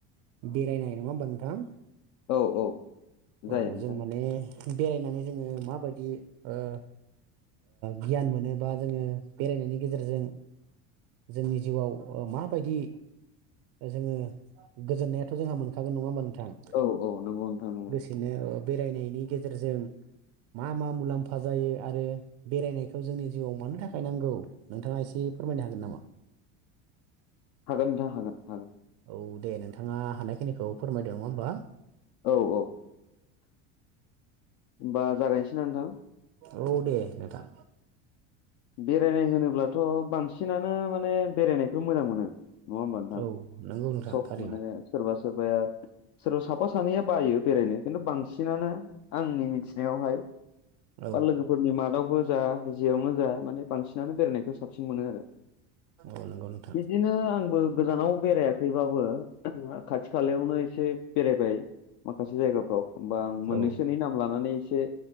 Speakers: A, on the right (about 60°); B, on the left (about 55°).
A: बेरायनाय नङा होमबा नोंथां?
B: औ औ
A: औ
B: जायो नोंथां
A: जों माने बेरायनानै जोङो माबायदि ओ गियान मोनोबा जोङो बेरायनायनि गेजेरजों जोंनि जिउआव माबायदि जोङो गोजोननायाथ जोंहा मोनखागोन नङा होमबा नोंथां?
B: औ औ नंगौ नोंथां नंगौ
A: बिदिनो बेरायनायनि गेजेरजों मा मा मुलाम्फा जायो आरो बेरायनायखौ जोंनि जिउआव मानो थाखाय नांगौ नोंथाङा एसे फोरमायनो हागोन नामा?
B: हागोन नोंथां हागोन हागोन
A: औ दे नोंथाङा हानायखिनिखौ फोरमायदों नङा होमबा?
B: औ औ होनबा जागायनोसै ना नोंथां?
A: औ दे नोंथां
B: बेरायनाय होनोब्लाथ बांसिनानो माने बेरायनायखौ मोजां मोनो नङा होमबा नोंथां
A: औ नंगौ नोंथां
B: सब
A: थारैनो
B: माने सोरबा सोरबाया सोरबा साफा सानैया बायो बेरायनो खिन्थु बांसिनानो आंनि मिथिनायावहाय
A: औ
B: बा लोगोफोरनि मादावबो जा जियावनो जा माने बांसिनानो बेरायनायखौ साबसिन मोनो आरो
A: औ नंगौ नोंथां
B: बिदिनो आंबो गोजानाव बेरायाखैबाबो खाथि खालायावनो एसे बेरायबाय माखासे जायगाफ्राव होमबा आं मोननैसोनि
A: औ
B: नाम लानानै एसे